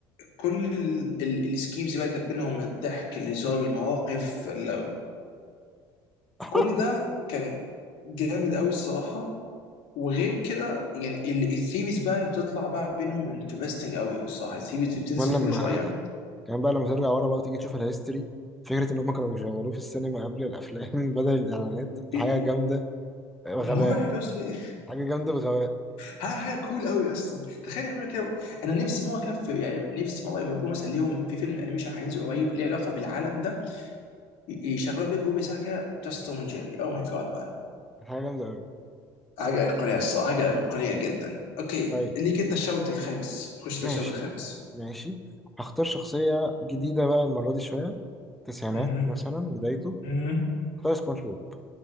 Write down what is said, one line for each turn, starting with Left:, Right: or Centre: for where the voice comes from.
Left: كل السكيمز بقى اللي كانت بينهم الضحك الهزار المواقف ال-
Centre: <laughs>
Left: كل ده كان جامد قوي الصراحه وغير كده يعني الثيريز بقى اللي بتطلع بقى بينهم انترستنج قوي الصراحه الثيريز اللي بتنزل
Centre: كمان لما
Left: كل شويه
Centre: كمان بقى لما ترجع ورا بقى وتيجي تشوف الهيستوري فكرة إن هما كانوا بيشغلوه في السينما قبل الأفلام <laughs> بدل الإعلانات دي
Left: بي-
Centre: حاجة جامدة بغباء
Left: مرعب يا اسطى
Centre: حاجة جامدة بغباء
Left: حاجه حاجه كول قوي يا اسطى تخيل يعملوا كده انا نفسي مره كده في- يعني نفسي مره لما يكون مثلا ليهم في فيلم انيميشن هينزل قريب ليه علاقه بالعالم ده يشغلون لي بوبي ساكا جاست توم جيري او ماي جاد مان
Centre: حاجة جامدة أوي
Left: حاجه ايقونيه الصراحه حاجه ايقونيه
Centre: يعني.
Left: جدا اوكي
Centre: طيب
Left: ليك انت الشوط الخامس خش ده
Centre: ماشي
Left: الشوط الخامس
Centre: ماشي هختار شخصية جديدة بقى المرة دي شوية تسعينات
Left: مهم.
Centre: مثلا بدايته
Left: مهم.
Centre: اختار سبونج بوب